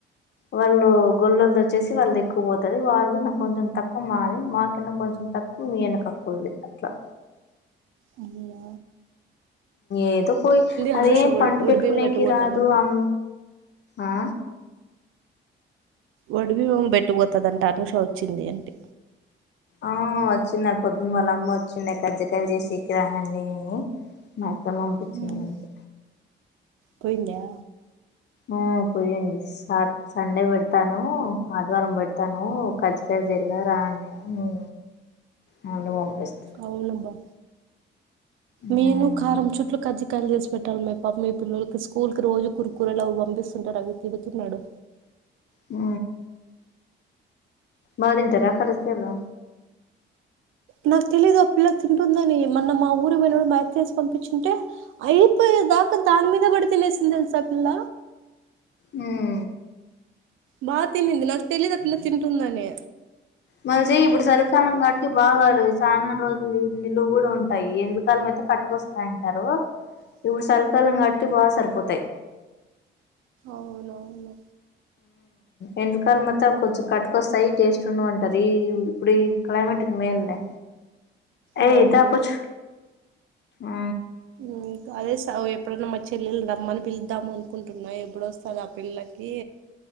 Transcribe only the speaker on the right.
ఉమ్,
అం మొ
అనూష ఒడి-
ఒడిబియ్యం
గట్టుకుపోతదంట
ఒడి బిమూపెట్ట బోతాదంటఅనుషా వచ్చింది అంటి
ఉమ్, పోయిందా
అవునబ్బా నేను
కారం చుట్లు కజ్జి కాయలు చేసి పెట్టాలి మే పాపం ఈ పిల్లోల్ కి స్కూల్ కి రోజు కురుకురేలవి పంపిస్తుంటా అవి తిడుతున్నాడు
నాక్ తెలీదు ఆ పిల్ల తింటుందని మొన్న మా ఊరి పోయినపుడు మా అత్తేసి పంపించింటే అయిపోయే దాకా దాని మీదే పడి తినేసింది తెల్సా ఆ పిల్ల
బా తినింది నాకు తెలీదు అ పిల్లా తింటుందని
అ
అవునవును
అవును
ఉమ్, అదే సావ్ ఎప్పుడన్నా మా చెల్లెలు రమ్మని పిలుద్దాము అనుకుంటున్నా ఎప్పుడు వస్తది ఆ పిల్లకి